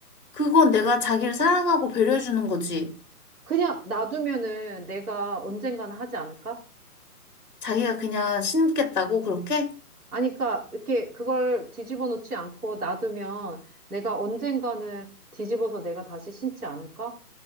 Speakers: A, on the left; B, on the right.
A: 그건 내가 자기를 사랑하고 배려해주는 거지.
B: 그냥 놔두면은 내가 언젠가는 하지 않을까?
A: 자기가 그냥 신겠다고 그렇게?
B: 아니, 그러니까 이렇게 그걸 뒤집어 놓지 않고 놔두면 내가 언젠가는 뒤집어서 내가 다시 신지 않을까?